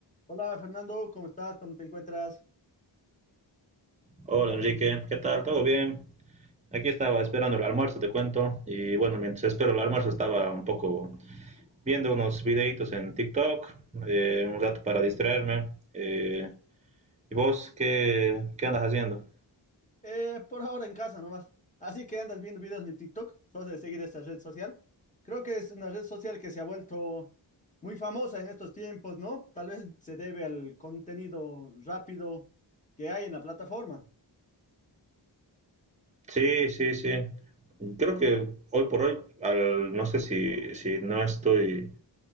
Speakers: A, on the left; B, on the right.
A: Hola Fernando, ¿cómo estás? ¿Cómo te encuentras?
B: Hola Enrique, ¿qué tal? ¿Todo bien? Aquí estaba esperando el almuerzo, te cuento. Y bueno, mientras espero el almuerzo estaba un poco viendo unos videitos en TikTok, eh, un rato para distraerme. Eh, ¿y vos qué, qué andas haciendo?
A: Eh, por ahora en casa nomás. Así que andas viendo videos de TikTok, sos de seguir esa red social. Creo que es una red social que se ha vuelto muy famosa en estos tiempos, ¿no? Tal vez se debe al contenido rápido que hay en la plataforma.
B: Sí, sí, sí. Creo que hoy por hoy, al- no sé si, si no estoy,